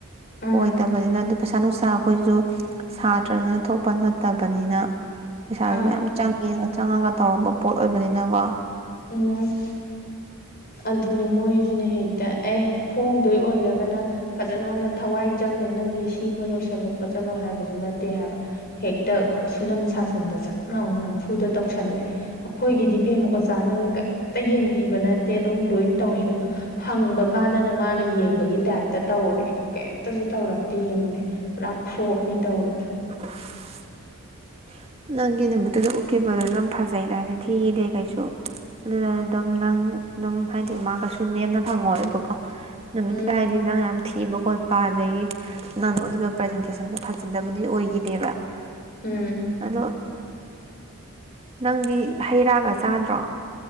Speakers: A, on the left (about 45°); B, on the right (about 25°).
A: ꯎꯝ
B: ꯑꯣ ꯏꯗꯕꯅꯤꯅ ꯗꯨ ꯄꯩꯁꯥ ꯅꯨꯡꯁꯥ ꯑꯩꯈꯣꯏꯁꯨ ꯁꯥꯇ꯭ꯔꯅꯤꯅ ꯊꯣꯛꯄ ꯅꯠꯇꯕ ꯀꯝꯄꯅꯤꯅ ꯄꯩꯁꯥꯁꯨ
A: ꯑ
B: ꯃꯌꯥꯝ ꯆꯪꯉ ꯆꯪꯉꯒ ꯇꯧꯔꯄ ꯄꯣꯠ ꯑꯣꯏꯕꯅꯤꯅꯀꯣ
A: ꯎꯝ ꯑꯗꯨꯅꯦ ꯃꯣꯏꯁꯤꯅ ꯍꯦꯛꯇ ꯑꯦ ꯐꯣꯡꯗꯣꯏ ꯑꯣꯏꯔꯒꯅ ꯐꯖꯅ ꯅꯟꯅ ꯊꯋꯥꯏ ꯆꯪꯅ ꯅꯪꯒꯤ ꯁꯤꯃ ꯂꯣꯏꯁꯤꯜꯂꯣ ꯈꯣꯠꯆꯜꯂꯣ ꯍꯥꯏꯕꯁꯨ ꯅꯠꯇꯦ ꯍꯥꯏꯕ ꯍꯦꯛꯇ ꯁꯨꯅꯝ ꯁꯥꯁꯟꯗ ꯆꯠ ꯂꯅꯥ ꯅꯝꯐꯨꯗ ꯇꯧꯁꯜꯂꯦ ꯑꯩꯈꯣꯏꯒꯤꯗꯤ ꯕꯦꯝꯃ ꯑꯣꯖꯥꯅꯒ ꯀꯔꯤꯝꯇ ꯌꯦꯡꯕꯤꯕꯠ <unintelligible> ꯇꯧꯔꯦ ꯑꯗꯨꯒ ꯍꯪꯕ ꯀꯥꯟꯗꯅ ꯃꯥꯅ ꯌꯦꯡꯕꯒꯤ ꯇꯥꯏꯞꯇ ꯇꯧꯔꯦ ꯀꯩꯝꯇꯁꯨ ꯇꯧꯔꯛꯇꯦ ꯌꯦꯡꯉꯨꯅꯦ ꯄꯨꯔꯥ ꯐ꯭ꯂꯣꯞꯅꯤ ꯇꯧꯔꯦ
B: <inaudible> ꯅꯪꯒꯤ ꯅꯨꯃꯤꯠꯇꯨꯗ ꯎꯠꯈꯤꯕꯗꯨꯣ ꯌꯥꯝ ꯐꯖꯩꯩꯅ ꯍꯥꯏꯗꯤ ꯊꯤꯈꯤꯗ ꯀꯩꯁꯨ ꯑꯗꯨꯗ ꯑꯗꯨꯝ ꯅꯪ ꯑꯗꯨꯝ ꯍꯥꯏꯗꯤ ꯃꯥ ꯀꯩꯁꯨ ꯅꯦꯝꯅ ꯐꯪꯉꯣꯕꯀꯣ ꯅꯨꯃꯤꯠ
A: ꯎꯝ
B: ꯇꯨꯗ ꯍꯥꯏꯔꯗꯤ ꯅꯪ ꯌꯥꯝ ꯊꯤ ꯏꯕ ꯈꯣꯠꯄ ꯑꯗꯒꯤ ꯅꯪ ꯎꯠꯂꯤꯕ ꯄ꯭ꯔꯖꯦꯟꯇꯦꯁꯟꯁꯨ ꯐꯖꯗꯕꯗꯤ ꯑꯣꯏꯈꯤꯗꯦꯕ
A: ꯎꯝ
B: ꯑꯗꯣ ꯅꯪꯗꯤ ꯍꯩ ꯔꯥꯒ ꯆꯥꯟꯗ꯭ꯔꯣ